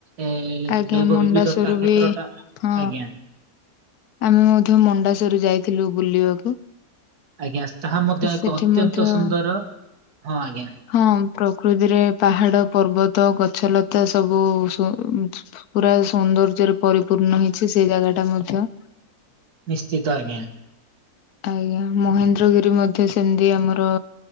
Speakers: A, on the right (about 80°); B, on the left (about 80°).
A: ଏ
B: ଆଜ୍ଞା
A: ଜୈବ
B: ମଣ୍ଡାସରୁ
A: ବିବିଧତା କ୍ଷେତ୍ରଟା
B: ବି ହଁ
A: ଆଜ୍ଞା
B: ଆମେ ମଧ୍ୟ ମଣ୍ଡାସର ଯାଇଥିଲୁ ବୁଲିବାକୁ।
A: ଆଜ୍ଞା ତାହା ମଧ୍ୟ
B: ସେଠି
A: ଏକ ଅତ୍ୟନ୍ତ
B: ମଧ୍ୟ
A: ସୁନ୍ଦର, ହଁ ଆଜ୍ଞା।
B: ହଁ ପ୍ରକୃତିରେ ପାହାଡ ପର୍ବତ ଗଛଲତା ସବୁ ସୁ ପୁରା ସୌନ୍ଦର୍ଯ୍ୟରେ ପରିପୂର୍ଣ୍ଣ ହେଇଛି ସେଇ ଜାଗା ଟା ମଧ୍ୟ।
A: ନିଶ୍ଚିତ ଆଜ୍ଞା।
B: ଆଜ୍ଞା ମହେନ୍ଦ୍ରଗିରି ମଧ୍ୟ ସେମିତି ଆମର